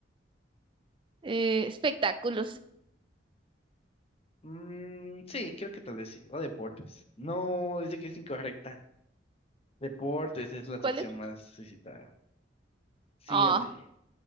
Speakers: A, on the right (about 30°); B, on the left (about 35°).
A: Eh, espectáculos.
B: Mm, sí, creo que tal vez sí. O deportes. No, dice que es incorrecta. Deportes es la
A: ¿Cuáles?
B: sección más visitada. Siguiente.
A: Ah,